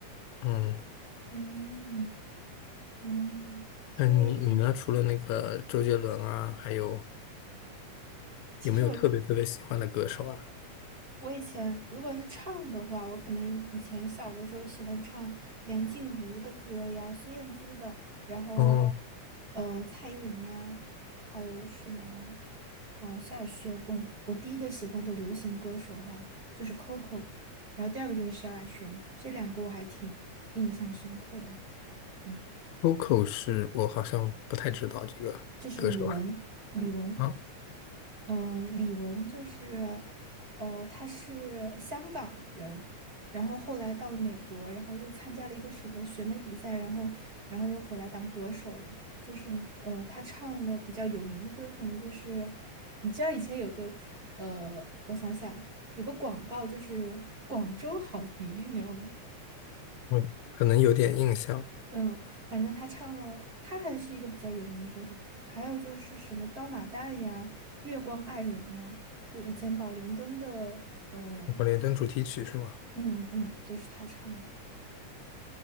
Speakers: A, on the left; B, on the right.
A: 嗯，
B: 嗯嗯，这样。
A: 那你你呢？除了那个周杰伦啊，还有
B: 其实我。
A: 有没有特别特别喜欢的歌手啊？
B: 我以前如果是唱的话，我可能以前小的时候喜欢唱梁静茹的歌呀、孙燕姿的，然后
A: 哦。
B: 呃蔡依林啊，还有什么嗯、呃萧亚轩。哦，我第一个喜欢的流行歌手哈就是 Coco，然后第二个就是萧亚轩，这两个我还挺印象深刻的。嗯。
A: Coco 是我好像不太知道这个歌手
B: 就是李玟，李玟。
A: 啊，
B: 嗯，呃李玟就是，呃，她是香港人，然后后来到了美国，然后又参加了一个什么选美比赛，然后，然后又回来当歌手了。就是，呃，她唱了比较有名的歌，可能就是，你知道以前有个，呃，我想想，有个广告就是广州好迪，你知道吗？
A: 我可能有点印象。
B: 嗯，反正他唱了，他还是一个比较有名的歌手。还有就是什么《刀马旦》呀，《月光爱人》呢，就是以前宝莲灯的，呃，
A: 我管连灯主题曲是吗？
B: 嗯嗯，都是他唱的。